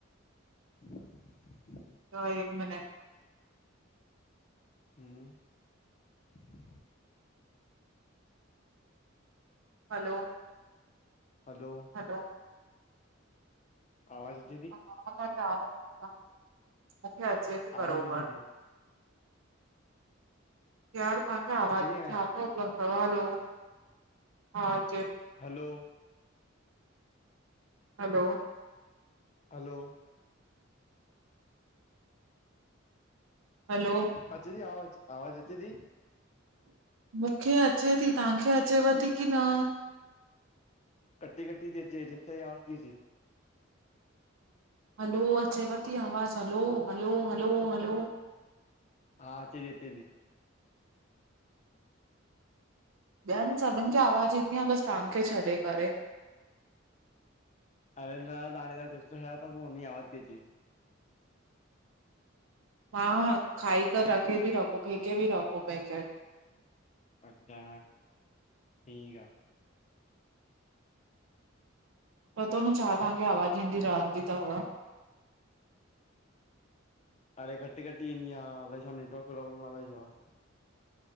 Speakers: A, on the left (about 35°); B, on the right (about 80°).
A: <unintelligible>
B: त हिक मिनट
A: ह्म <unintelligible>
B: हलो
A: हलो
B: हलो
A: हा <unintelligible> वज़
B: हा मां चव थी मूंखे अचे थी बरोबर
A: आवाज़ नथी अचे
B: यार तव्हांखे आवाज
A: अचे
B: छा
A: थी हाणे आवाज़
B: थो उपलब् अथ हलो हा अचे <unintelligible>
A: हलो
B: हलो
A: हलो
B: हलो
A: अचे थी आवाज़ु आवाज़ अचे थी?
B: मूंखे अचे थी तव्हांखे अचेव थी की न?
A: कटी कटी थी अचे जिप सां थी अचे।
B: हलो अचेवती आवाज़ हलो हलो हलो हलो
A: हा अचे थी अचे थी।
B: ॿियनि सभिनि खे आवाज़ु ईंदी आहे बस तव्हांखे छॾे करे।
A: अरे न अञाणे त चिप्स ह तो खायां पोइ उनई आवाज़ु अचे थी।
B: हां खाई करे रखे बि रखो फेके बि रखो पैकेट।
A: अच्छा ठीकु आ।
B: पतो न छा तव्हांखे आवाज़ु ईंदी रहंदी थव।
A: अड़े कटी कटी ईंदी आहे अल्हाए छा नेटवर्क पॉब्लम अलाए छा।